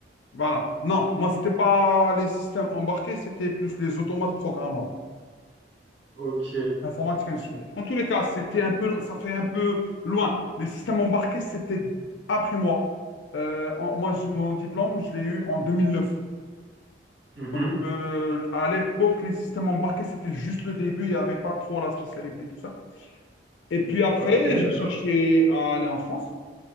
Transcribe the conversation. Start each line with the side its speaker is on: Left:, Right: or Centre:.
Left: Voilà. Non, moi, c'était pas les systèmes embarqués, c'était plus les automates programmables.
Right: Ok.
Left: Informatique industrielle. En tous les cas, c'était un peu, ça fait un peu loin. Les systèmes embarqués, c'était après moi. Euh, en- moi, je- mon diplôme, je l'ai eu en 2009.
Right: Mhm.
Left: Donc, euh, à l'époque, les systèmes embarqués, c'était juste le début. Il n'y avait pas trop la spécialité, tout ça. Et puis après,
Right: Ok,
Left: j'ai
Right: d'accord.
Left: cherché à aller en France.